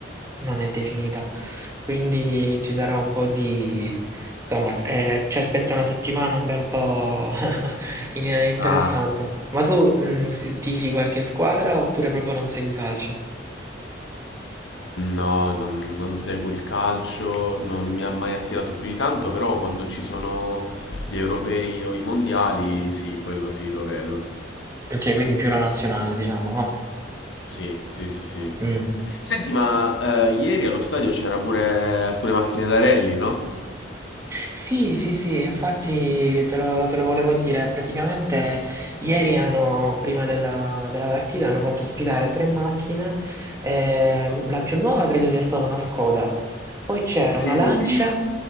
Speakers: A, on the right; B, on the left.
A: non è definita, quindi ci sarà un po' di... Insomma, eh, ci aspetta una settimana un bel po' <laughs> in- interessante.
B: ah,
A: Ma tu mh, si- tifi qualche squadra oppure proprio non segui calcio?
B: No, non, non seguo il calcio, non mi ha mai attirato più di tanto, però quando ci sono gli europei o i mondiali, sì, quello sì, lo vedo.
A: Ok, quindi più la nazionale, diciamo, va.
B: Sì, sì, sì, sì.
A: Mm.
B: Senti, ma eh, ieri allo stadio c'era pure alcune macchine da rally, no?
A: Sì, sì, sì, infatti te lo, te lo volevo dire. Praticamente ieri hanno, prima della, della partita, hanno fatto sfilare tre macchine. eh, la più nuova credo sia stata una Skoda. Poi c'era
B: Sì,
A: una Lancia,
B: li ho visti,